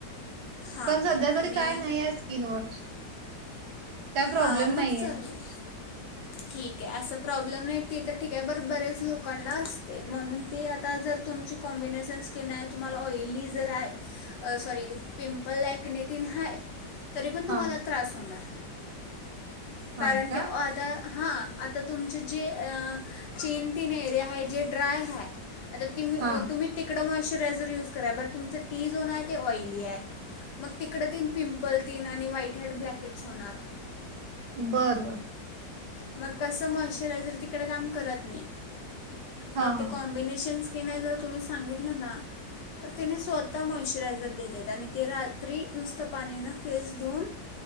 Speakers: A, on the left (about 70°); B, on the right (about 65°).
A: हां
B: पण, सध्या तरी
A: आणि
B: काय नाही आहे स्किन वर काय प्रॉब्लेम
A: हां मग
B: नाहीये.
A: चालेल ठीक आहे. अस प्रॉब्लेम नाही ते तर ठीक आहे. बर बर्‍याच लोकांना असते. म्हणून ते आता जर तुमची कॉम्बिनेशन स्किन आहे. तुम्हाला ऑयली जर आहे. सॉरी पिंपल ॲकनीतील हाय तरी पण
B: हा
A: तुम्हाला त्रास होणार
B: हा
A: कारण,
B: का
A: की आता हां आता तुमचं जे चेनतीन एरिया आहे जे ड्राय हाय आता ती
B: हा
A: तुम्ही तिकडं माॅयचरायजर युज करा. बट तुमचं टी झोन आहे. ते ऑयली आहे. मग तिकडं ते पिंपल तेन व्हाईट हेड ब्लकेट होणार
B: बर बर
A: मग कसं मॉशरायझर तिकडं काम करत नाही.
B: हा
A: मग ते
B: हा
A: कॉम्बिनेशन्स- त नाही जर तुम्ही सांगितलं ना तर तिने स्वतः मॉशचरायझर देतेत आणि ते रात्री नुसत पाणीन फेस धुवून,